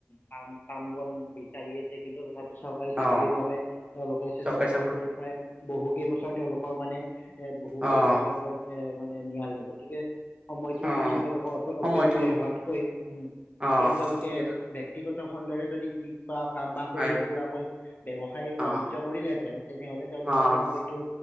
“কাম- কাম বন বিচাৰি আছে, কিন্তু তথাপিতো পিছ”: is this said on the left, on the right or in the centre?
Left